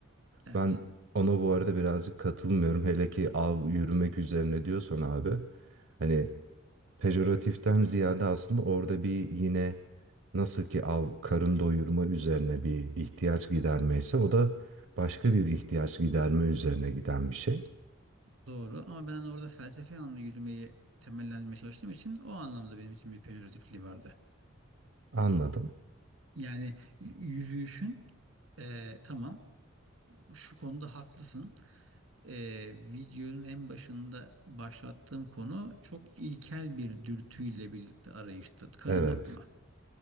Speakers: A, on the right; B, on the right.
A: Evet.
B: Ben ona bu arada birazcık katılmıyorum. Hele ki av yürümek üzerine diyorsan abi. Hani pejoratiften ziyade aslında orada bir yine nasıl ki av karın doyurma üzerine bir ihtiyaç gidermeyse o da başka bir ihtiyaç giderme üzerine giden bir şey.
A: Doğru ama ben hani orada felsefi anlamda yürümeyi temellendirmeye çalıştığım için o anlamda benim için bir pejoratifliği vardı.
B: Anladım.
A: Yani yürüyüşün e, tamam şu konuda haklısın. E, videonun en başında başlattığım konu çok ilkel bir dürtüyle birlikte arayıştı. Karın
B: Evet.
A: doyurma.